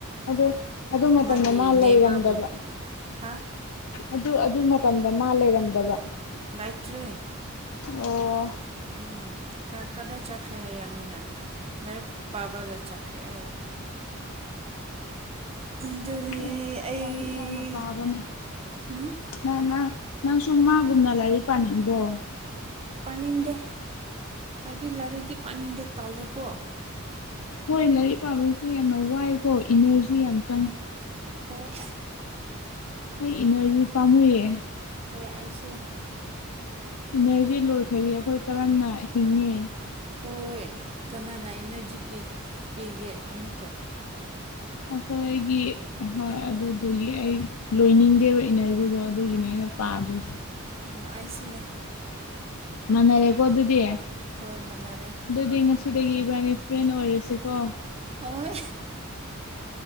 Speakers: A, on the left; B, on the right.
A: ꯑꯗꯣ ꯑꯗꯣ ꯃꯇꯝꯗ
B: ꯃꯥꯒꯤ
A: ꯃꯥ ꯂꯩꯔꯝꯗꯕ
B: ꯅꯦꯕꯔꯕꯨ ꯍꯥ
A: ꯑꯗꯨ ꯑꯗꯨ ꯃꯇꯝꯗ ꯃꯥ ꯂꯩꯔꯝꯗꯕ
B: ꯂꯩꯇ꯭ꯔꯤ
A: ꯑꯣ
B: ꯎꯝ ꯀꯗꯥꯏ ꯆꯠꯈ꯭ꯔꯦ ꯍꯥꯏꯌꯦꯦ ꯃꯣꯏꯅ ꯂꯥꯏꯔꯤꯛ ꯄꯥꯕꯒ ꯆꯠꯈ꯭ꯔꯦ ꯍꯥꯏꯌꯦ
A: ꯑꯗꯨ
B: ꯑꯗꯨꯅꯦ
A: ꯃꯥꯗꯤ
B: ꯑꯩ
A: ꯂꯥꯏꯔꯤꯛ ꯌꯥꯝꯅ ꯄꯥꯕꯅꯦ
B: ꯎꯝ
A: ꯅ ꯅꯪ ꯃꯥ ꯅꯪꯁꯨ ꯃꯥꯒꯨꯝꯅ ꯂꯥꯏꯔꯤꯛ ꯄꯥꯅꯤꯡꯕ꯭ꯔꯣ
B: ꯄꯅꯤꯟꯗꯦ ꯑꯗꯤ ꯂꯔꯨꯏꯗꯤ ꯄꯅꯤꯗꯦ ꯇꯂꯦꯀꯣ
A: ꯍꯣꯏ ꯂꯥꯏꯔꯤꯛ ꯄꯥꯕꯁꯨ ꯌꯥꯝꯅ ꯋꯥꯏꯀꯣ ꯏꯅꯔꯖꯤ ꯌꯥꯝ ꯆꯪꯉꯤ
B: ꯍꯣꯢ
A: ꯑꯩ ꯏꯅꯔꯖꯤ ꯄꯥꯝꯃꯨꯏꯌꯦ
B: ꯍꯣꯏ ꯑꯩꯁꯨ
A: ꯏꯅꯔꯖꯤ ꯂꯣꯏꯈ꯭ꯔꯗꯤ ꯑꯩꯈꯣꯏ ꯀꯔꯝꯅ ꯍꯤꯡꯅꯤ
B: ꯍꯣꯏ ꯀꯅꯥꯅ ꯏꯅꯔꯖꯤ ꯄꯤꯒꯦ ꯑꯃꯨꯛꯀ
A: ꯑꯈꯣꯏꯒꯤ ꯍꯣꯏ ꯑꯗꯨꯗꯨꯒꯤ ꯑꯩ ꯂꯣꯏꯅꯤꯡꯗꯦꯕ ꯏꯅꯔꯖꯤꯗꯣ ꯑꯗꯨꯒꯤꯅꯦ ꯑꯩꯅ ꯄꯥꯗ꯭ꯔꯤꯁꯦ
B: ꯎꯝ ꯑꯥꯏꯁꯨꯅꯦ
A: ꯃꯅꯔꯦ ꯀꯣ ꯑꯗꯨꯗꯤ
B: ꯍꯣꯏ ꯃꯅꯥꯔꯦ
A: ꯑꯗꯨꯗꯤ ꯉꯁꯤꯗꯒꯤ ꯏꯕꯥꯅꯤ ꯐ꯭ꯔꯦꯟ ꯑꯣꯏꯔꯁꯦꯀꯣ
B: ꯍꯣꯏ